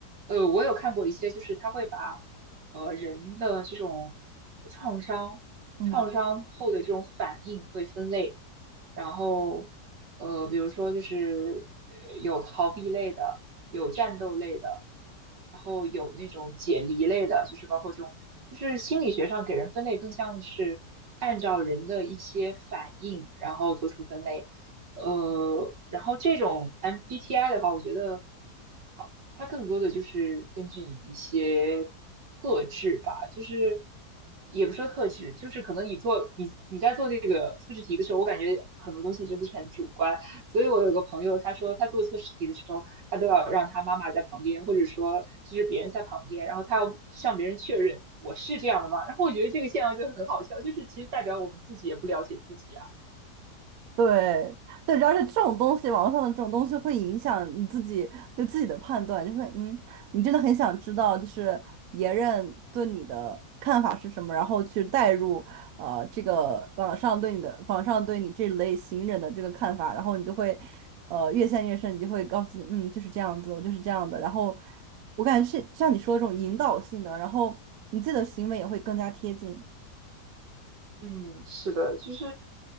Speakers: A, on the right; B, on the right.
A: 呃，我有看过一些，就是他会把，呃，人的这种创伤、
B: 嗯
A: 创伤后的这种反应会分类，然后，呃，比如说就是呃有逃避类的，有战斗类的，然后有那种解离类的，就是包括这种，就是心理学上给人分类更像是按照人的一些反应，然后做出分类。呃，然后这种 MBTI 的话，我觉得好，它更多的就是根据你的一些特质吧，就是也不说特质，就是可能你做你你在做这个测试题的时候，我感觉很多东西真的是很主观。所以我有个朋友，他说他做测试题的时候，他都要让他妈妈在旁边，或者说就是别人在旁边，然后他要向别人确认我是这样的吗？然后我觉得这个现象就很好笑，就是其实代表我们自己也不了解自己。啊。
B: 对对，主要是这种东西，网络上的这种东西会影响你自己对自己的判断，就会嗯，你真的很想知道，就是别人对你的看法是什么，然后去带入呃这个网上对你的网上对你这类型人的这个看法，然后你就会呃越陷越深，你就会告诉自己嗯就是这样子，我就是这样的，然后我感觉是像你说的这种引导性的，然后你自己的行为也会更加贴近。
A: 嗯，是的，其实，